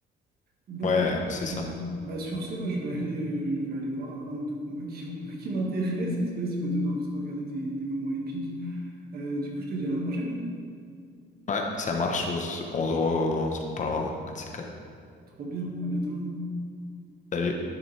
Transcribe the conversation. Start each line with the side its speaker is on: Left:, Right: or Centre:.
Right: Bon,
Left: Ouais, c'est ça.
Right: bah sur ce, moi, je vais aller, euh, je vais aller voir un ou deux combats qui vont, <laughs> qui m'intéressent, parce que là, ça me donne envie de regarder des, des moments épiques. Euh, du coup, je te dis à la prochaine.
Left: Ouais, ça marche. On, se on se re- on se reparlera. un de ces quatre.
Right: Trop bien, à bientôt.
Left: Salut.